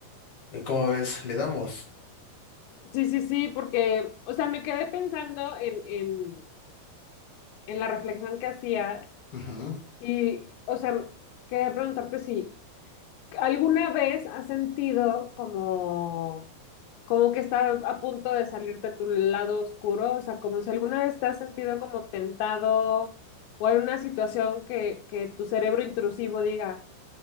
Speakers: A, on the left (about 35°); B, on the left (about 85°).
A: ¿Y ¿Cómo ves? Le damos.
B: Sí, sí, sí, porque, o sea, me quedé pensando en, en en la reflexión que hacías
A: Ujú,
B: y, o sea, quería preguntarte si alguna vez has sentido como, como que está a punto de salirte tu lado oscuro, o sea, como si alguna vez te has sentido como tentado o hay una situación que, que tu cerebro intrusivo diga,